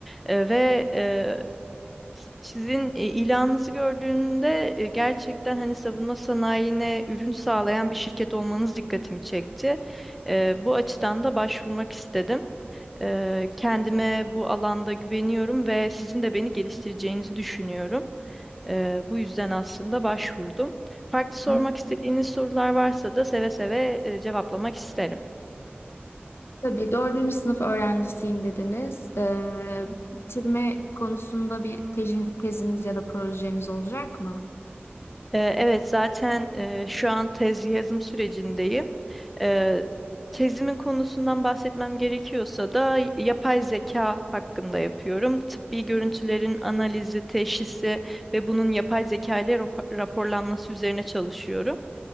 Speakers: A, in the centre; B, on the left.
A: E, ve e, sizin e, ilanınızı gördüğümde e, gerçekten hani savunma sanayine ürün sağlayan bir şirket olmanız dikkatimi çekti. E, bu açıdan da başvurmak istedim. E, kendime bu alanda güveniyorum ve sizin de beni geliştireceğinizi düşünüyorum. Ee, bu yüzden aslında başvurdum. Farklı sormak
B: Hı.
A: istediğiniz sorular varsa da seve seve e, cevaplamak isterim.
B: Tabii dördüncü sınıf öğrencisiyim dediniz. Ee, bitirme konusunda bir tezi- teziniz ya da projeniz olacak mı?
A: Ee, evet, zaten e, şu an tez yazım sürecindeyim. Ee, tezimin konusundan bahsetmem gerekiyorsa da yapay zeka hakkında yapıyorum. Tıbbi görüntülerin analizi, teşhisi ve bunun yapay zeka ile rap- raporlanması üzerine çalışıyorum.